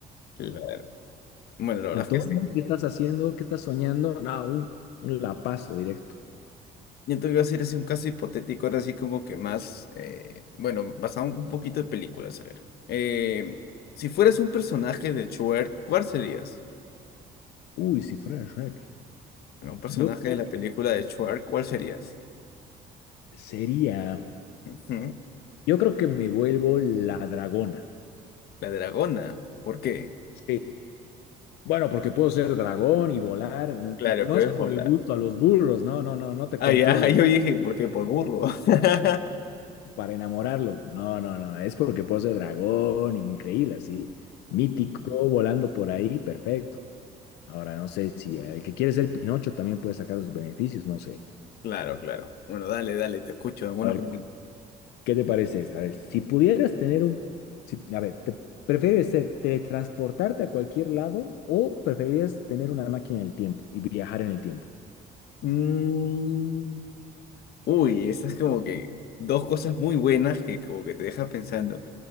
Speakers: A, on the left; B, on the left.
A: Claro. Bueno, la verdad
B: Antonio,
A: es que sí.
B: ¿qué estás haciendo? ¿Qué estás soñando? No, un, un lapazo directo.
A: Yo te voy a hacer así un caso hipotético, ahora sí como que más, eh, bueno, basado un poquito de películas, a ver. Eh, si fueras un personaje de Shrek, ¿cuál serías?
B: Uy, si fuera Shrek.
A: Bueno, un personaje
B: Yo creo
A: de la
B: que
A: película de Shrek, ¿cuál serías?
B: sería.
A: Ujú,
B: Yo creo que me vuelvo la dragona.
A: La dragona. ¿Por qué?
B: Sí. Bueno, porque puedo ser dragón y volar. No,
A: Claro,
B: no
A: puedes
B: es por
A: volar.
B: el gusto a los burros, no, no, no, no te
A: Ah,
B: confundas.
A: ya, <laughs> yo dije, ¿por qué? Por burro. <laughs>
B: Para enamorarlo. No, no, no. Es porque puedo ser dragón, increíble, así. Mítico, volando por ahí, perfecto. Ahora, no sé si el que quiere ser Pinocho también puede sacar sus beneficios, no sé.
A: Claro, claro. Bueno, dale, dale, te escucho. Buena
B: A ver,
A: pregunta.
B: ¿qué te parece esta? A ver, si pudieras tener un. si- a ver, ¿te prefieres ser- teletransportarte a cualquier lado o preferirías tener una máquina del tiempo y viajar en el tiempo?
A: Mm, Uy, esas como que dos cosas muy buenas que como que te deja pensando.